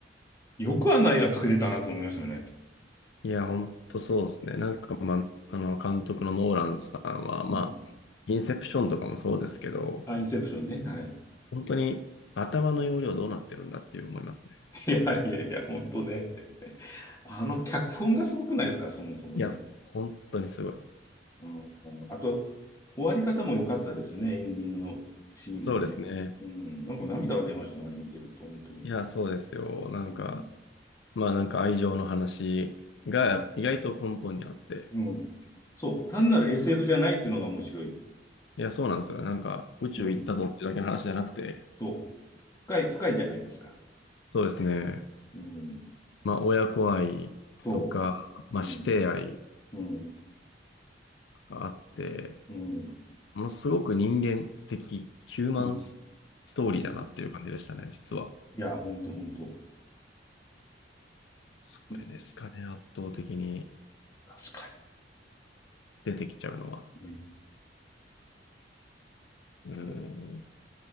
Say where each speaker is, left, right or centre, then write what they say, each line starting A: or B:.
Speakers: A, on the left; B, on the left.
A: よくあんな映画作れたなと思いますよね。
B: いや、ほんとそうですね。なんか、まあ、あの、監督のノーランさんは、まあ、
A: うん。
B: インセプションとかもそうですけど、
A: あ、インセプションね。はい。
B: 本当に頭の容量どうなってるんだっていう思いますね。
A: いやいやいや、ほんとね。あの脚本がすごくないですか、そもそもね。
B: いや、本当にすごい。
A: うん、あと、終わり方も良かったですね、エンディングのシーンもね。
B: そうですね。
A: うん、なんか涙が出ましたね、あれ見てると、本当に。
B: いや、そうですよ。なんか、
A: うん、
B: まあなんか愛情の話が意外と根本にあって。
A: うん、うん。そう、単なる SF じゃないっていうのが面白い。
B: いや、そうなんですよ。なんか宇宙行ったぞっていうだけの話じゃなくて、
A: うん、そう、深い、深いじゃないですか。
B: そうですね。
A: うん、
B: まあ親子愛とか、
A: そ
B: まあ師弟愛
A: う、うん、うん、
B: があって、
A: うん、
B: ものすごく人間的ヒューマンス
A: うん、
B: トーリーだなっていう感じでしたね、
A: うん。
B: 実は。
A: いや、本当本当。
B: それですかね、
A: うん
B: 圧倒的に
A: 確かに。
B: 出てきちゃうのは。
A: うん
B: うーん、
A: もう